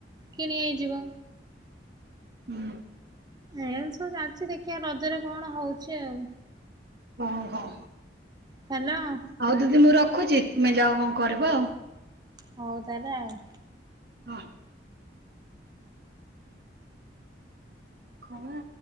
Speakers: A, on the right; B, on the right.
A: କିଣି ହେଇଯିବ।
B: ହୁଁ
A: ଏନ୍ ସବୁ ଚାଲିଚି ଦେଖିବା ରଜରେ କଣ ହଉଛି ଆଉ।
B: କଣ କହ?
A: ହ୍ୟାଲୋ।
B: ଆଉ ଦିଦି ମୁଁ ରଖୁଚି ତୁମେ ଯାଅ କଣ କରିବ ଆଉ।
A: ହଉ ତାହେଲେ ଆଉ।
B: ହଁ। ଖବର